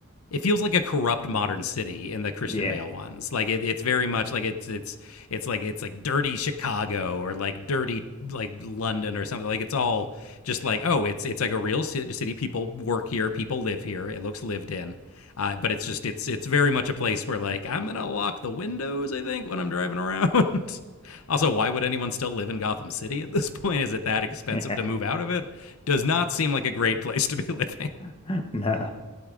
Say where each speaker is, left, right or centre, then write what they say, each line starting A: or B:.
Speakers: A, on the left; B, on the left.
A: It feels like a corrupt modern city in the Christian
B: yeah,
A: Bale ones. Like it, it's very much like it's it's it's like it's like dirty Chicago or like dirty like London or something. Like it's all just like oh, it's it's like a real city. People work here. People live here. It looks lived in. Uh, but it's just it's it's very much a place where like I'm gonna lock the windows. I think when I'm driving around. <laughs> Also, why would anyone still live in Gotham City at this point? Is it that expensive
B: yeah,
A: to move out of it? Does not seem like a great place to be <laughs> living.
B: <laughs> no.